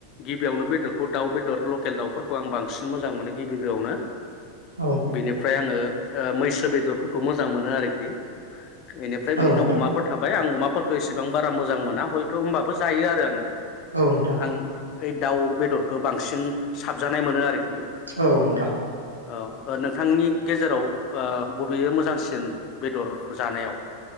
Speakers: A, on the left; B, on the right.
A: गिबियावनो बेदरखौ दाउ बेदर लकेल दाउफोरखौ आं बांसिन मोजां मोनो गिबिग्रोआवनो
B: औ
A: बेनिफ्राय आं आङो मैसो बेदरफोरखौ मोजां मोनो आरोखि बेनिफ्राय
B: औ
A: बिदिनो
B: नोंथां
A: अमाफोर थाबाय आं अमा फोरफोरखौ इसेबां बारा मोजां मोना हयथ' होमबाबो जायो आरो आङो
B: औ नोंथां
A: आं ओइ दाउ बेदरखौ बांसिन साबजानाय मोनो आरोखि।
B: औ नोंथां।
A: औ नोंथांनि गेजेराव बबे मोजांसिन बेदर जानायाव